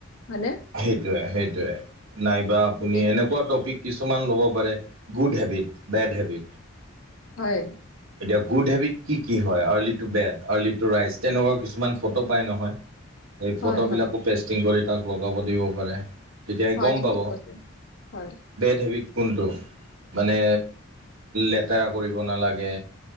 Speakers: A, on the left; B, on the right.
A: হয়নে?
B: সেইটোয়ে-সেইটোয়ে নাইবা আপুনি
A: ঠিকে কৈছে
B: এনেকোৱা টপিক কিছুমান কব পাৰে গুড হেবিট বেড হেবি
A: হয়,
B: এতিয়া গুড হেবিট কি কি হয় early to bed early to rise তেনেুৱৰ কিছুমান ফটো পায় নহয় সেই ফটোবিলাকো
A: হয়, হয়,
B: পেষ্টিং কৰি তাক লগাব দিব পাৰে। তেতিয়া শি
A: হয়,
B: গম
A: ঠিকে
B: পাব
A: কৈছে হয়,
B: বেড হেবিট কোনটো মানে লেতেৰা কৰিব নালাগে।